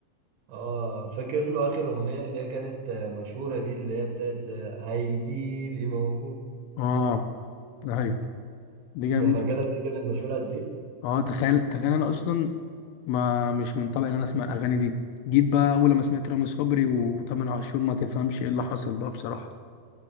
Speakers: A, on the right (about 70°); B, on the left (about 80°).
A: اه فاكر له اخر اغنية اللي هي كانت آه، مشهورة دي اللي هي بتاعت آه، هيجيلي موجود
B: اه ايوه
A: <laughs>
B: دي جميله
A: فاكرها دي كانت مشهورة قد ايه؟
B: اه تخيل تخيل انا اصلا ما مش من طبعي ان انا اسمع الاغاني دي جيت بقى اول ما سمعت رامي صبري وتامر عاشور ما تفهمش ايه اللي حصل بقى بصراحه